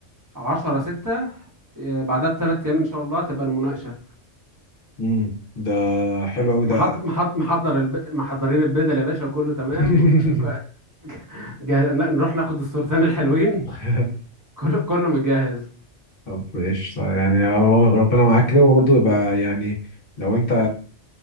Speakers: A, on the right (about 20°); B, on the left (about 50°).
A: عشرة ستة آه، بعدها بثلاث أيام إن شاء الله تبقى المناقشة
B: امم ده حلو قوي
A: محض...
B: ده
A: محض... محضر الب... محضرين البدل يا باشا كله تمام
B: <laughs>
A: ك- جه... ن- نروح ناخد الصورتين الحلوين
B: <laughs>
A: كله كله متجهز
B: طب ايش يعني هو ربنا معاك كده وبرضه يبقى يعني لو انت